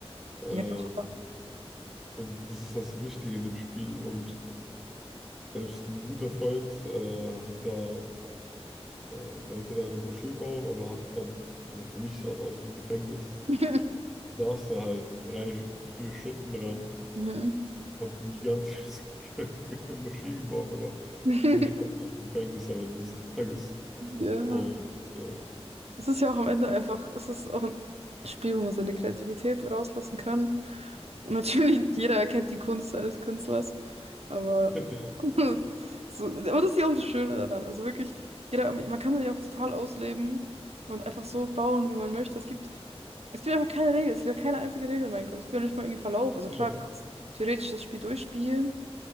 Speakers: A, in the centre; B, on the right (about 75°).
A: Ähm,
B: ja. Ja.
A: und das ist das Wichtige in dem Spiel. Und selbst ein guter Freund äh, hat da, äh, wollte da eine Moschee bauen, aber hat dann, also für mich sah es aus wie ein Gefängnis.
B: <laughs>
A: saß da halt drei, vier Stunden dran,
B: Mhm.
A: hat ein gigantisches <laughs> Moschee gebaut, aber
B: <laughs>
A: für mich war das ein Gefängnis am Ende des Tages.
B: Ja.
A: Und, äh,
B: Es ist ja auch am Ende einfach, es ist auch ein Spiel, wo man seine Kreativität rauslassen kann. Und natürlich nicht jeder erkennt die Kunst eines Künstlers, aber,
A: <laughs>
B: <laughs> so, aber das ist ja auch das Schöne daran. Also wirklich, jeder, man kann sich auch total ausleben und einfach so bauen, wie man möchte. Es gibt, es gibt einfach keine Regel, es gibt ja keine einzige Regel in Minecraft. Es gibt ja nicht mal irgendwie Verlauf. Also klar,
A: genau.
B: du kannst theoretisch das Spiel durchspielen,